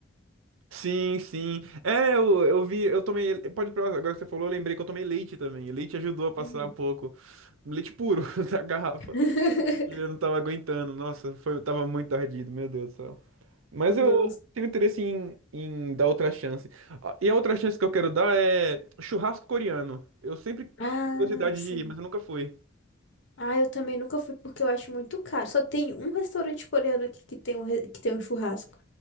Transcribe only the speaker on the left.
Uhum.
<laughs>
Nossa.
Ah,
sim.
Ah, eu também nunca fui porque eu acho muito caro. Só tem um restaurante coreano aqui que tem um, re- que tem um churrasco.